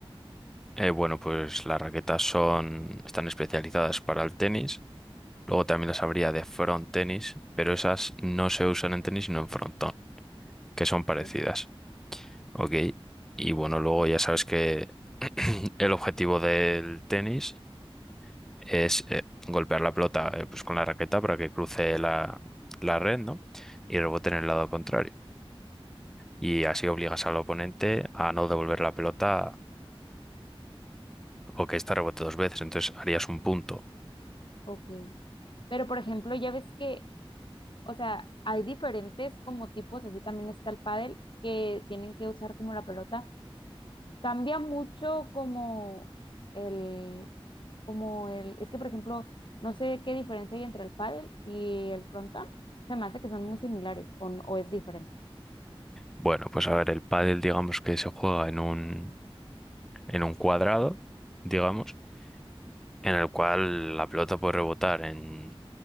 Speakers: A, in the centre; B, on the left (about 55°).
A: Eh, bueno, pues las raquetas son, están especializadas para el tenis. Luego también las habría de front tenis, pero esas no se usan en tenis sino en frontón, que son
B: Ok.
A: parecidas. Ok. Y bueno, luego ya sabes que <clears throat> el objetivo del tenis es eh, golpear la pelota eh, pues con la raqueta para que cruce la, la red, ¿no? Y rebote en el lado contrario. Y así obligas al oponente a no devolver la pelota o que ésta rebote dos veces. Entonces harías un punto.
B: Ok. Pero por ejemplo, ya ves que o sea, hay diferentes como tipos, así también está el pádel, que tienen que usar como la pelota. Cambia mucho como el, como el, es que por ejemplo, no sé qué diferencia hay entre el pádel y el frontón. Se me hace que son muy similares o, n- o es diferente.
A: Bueno, pues a ver, el pádel digamos que se juega en un, en un cuadrado, digamos, en el cual la pelota puede rebotar en,